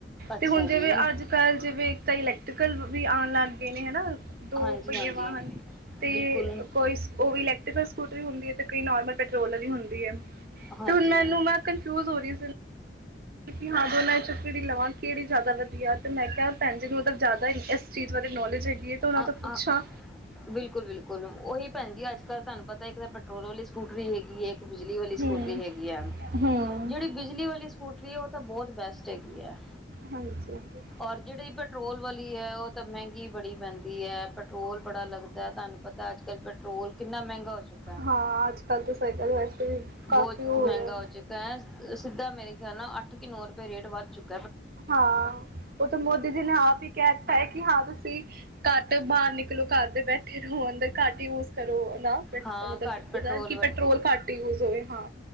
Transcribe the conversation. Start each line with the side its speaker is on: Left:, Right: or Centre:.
Centre: ਅੱਛਾ
Right: ਤੇ ਹੁਣ ਜਿਵੇਂ
Centre: ਜੀ
Right: ਅੱਜ ਕੱਲ੍ਹ ਜਿਵੇਂ ਵਹਿਕਲ ਲੈਨੀ ਕੱਲ ਵੀ ਆਉਣ ਲੱਗ ਗਏ ਨੇ ਹਨਾ- ਦੋ
Centre: ਹਾਂਜੀ-ਹਾਂਜੀ
Right: ਪਹੀਏ ਵਾਹਨ ਤੇ
Centre: ਬਿਲਕੁਲ-
Right: ਕੋਈ ਉਹ ਵੀ ਇਲੈਕਟ੍ਰੀਕਲ ਸਕੂਟਰੀ ਹੁੰਦੀ ਹੈ ਤੇ ਕਈ ਨੋਰਮਲ ਪੈਟਰੋਲ ਵਾਲ ਵੀ ਹੁੰਦੀ ਹੈ।
Centre: ਹਾਂਜੀ
Right: ਤੇ ਹੁਣ ਮੈਨੂੰ ਮੈਂ ਕਨਫਿਊਜ ਹੋ ਰਹੀ ਸੀ- ਉਂ ਹਾਂ ਦੋਨਾਂ ਚੋਂ ਕਿੜੀ ਲਵਾਂ ਕਿਹੜੀ ਜ਼ਿਆਦਾ ਵਧੀਆ ਤੇ ਮੈਂ ਕਿਹਾ ਭੈਣ ਜੀ ਨੂੰ ਜ਼ਿਆਦਾ ਇਸ ਚੀਜ਼ ਬਾਰੇ ਨੌਲੇਜ ਹੈਗੀ ਹੈ। ਤੇ ਉਹਨਾਂ
Centre: ਅ
Right: ਤੋਂ ਪੁੱਛਾਂ
Centre: ਅ ਬਿਲਕੁਲ ਬਿਲਕੁਲ ਉਹੀ ਭੈਣ ਜੀ ਅੱਜ ਕੱਲ ਤੁਹਾਨੂੰ ਪਤਾ ਇੱਕ ਤਾਂ ਪ ਟਾ ਵਾਲੀ ਸਕੂਟਰੀ ਹੈਗੀ ਹੈ, ਇੱਕ ਬਿਜਲੀ ਵਾਲੀ
Right: ਹੂੰ
Centre: ਸਕੂਟਰੀ ਹੈਗੀ ਹੈ,
Right: ਹੂੰ
Centre: ਜਿਹੜੀ ਬਿਜਲੀ ਵਾਲੀ ਸਕੂਟਰੀ ਉਹ ਤਾਂ ਬਹੁਤ ਬੈਸਟ ਹੈਗੀ ਹੈ।
Right: ਹਾਂਜੀ ਹਾਂਜੀ
Centre: ਔਰ ਜਿਹੜੀ ਪੈਟਰੋਲ ਵਾਲੀ ਹੈ, ਉਹ ਤਾਂ ਮਹਿੰਗੀ ਬੜੀ ਪੈਂਦੀ। ਪੈਟਰੋਲ ਬੜਾ ਲੱਗਦਾ ਤੁਹਾਨੂੰ ਪਤਾ ਅੱਜ ਕੱਲ੍ਹ ਪੈਟਰੋਲ ਕਿੰਨਾ ਮਹਿੰਗਾ ਹੋ ਚੁੱਕਾ ਹੈ,
Right: ਹਾਂ ਅੱਜ ਕੱਲ੍ਹ ਤਾਂ ਸਾਈਕਲ ਵੈਸੇ ਵੀ
Centre: ਬਹੁਤ
Right: ਕਾਫੀ
Centre: ਮਹਿੰਗਾ
Right: ਰਿਹਾ
Centre: ਹੋ ਚੁੱਕਾ ਹੈ ਸਿੱਧਾ ਮੇਰੇ ਖਿਆਲ ਨਾਲ ਅੱ ਕਿਉਂਕਿ ਨੋ ਰੁਪਏੇ ਰੇਟ ਵੱਧ ਚੁਕਾ
Right: ਹਾਂ ਉਹ ਤਾਂ ਮੋਦੀ ਜੀ ਨੇ ਆਪ ਵੀ ਕਹਿ ਦਿੱਤਾ ਹੈ, ਕਿ ਹਾਂ ਤੁਸੀਂ ਘੱਟ ਬਾਹਰ ਨਿਕਲੋ ਘਰ ਦੇ ਬੈਠੇ ਰਹੋ ਅੰਦਰ ਘੱਟ ਯੂਜ ਕਰੋ ਨਾ ਪੈਟ
Centre: ਹਾਂ
Right: ਮਤਲਬ
Centre: ਘੱਟ ਪੈਟਰੋਲ
Right: ਉਹਦਾ ਕਿ
Centre: ਵਰਤੋਂ
Right: ਪੈਟਰੋਲ ਘੱਟ ਯੂਜ ਹੋਵੇ ਹਾਂ